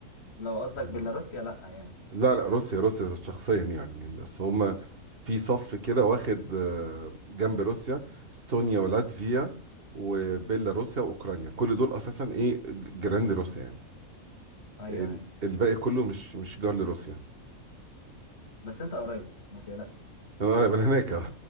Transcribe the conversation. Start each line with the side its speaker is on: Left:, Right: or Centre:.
Left: لو قصدك
Right: مم.
Left: بيلاروسيا لا يعني
Right: لا لا روسيا روسيا شخصيا يعني يعني بس هما في صف كده واخد آه، جنب روسيا استونيا ولاتفيا وبيلاروسيا واوكرانيا كل دول اساسا ايه ج- جيران لروسيا يعني
Left: ايوه
Right: ال-
Left: عارف
Right: الباقي كله مش مش جار لروسيا
Left: بس انت قريب ما تقلقش
Right: انا قريب من هناك آه.